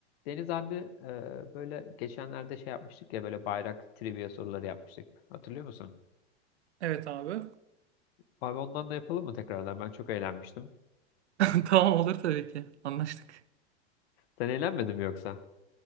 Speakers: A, on the left; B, on the right.
A: Deniz abi e, böyle geçenlerde şey yapmıştık ya böyle bayrak trivia soruları yapmıştık. Hatırlıyor musun?
B: Evet abi.
A: Abi ondan da yapalım mı tekrardan? Ben çok eğlenmiştim.
B: <laughs> Tamam olur tabii ki. Anlaştık.
A: Sen eğlenmedin mi yoksa?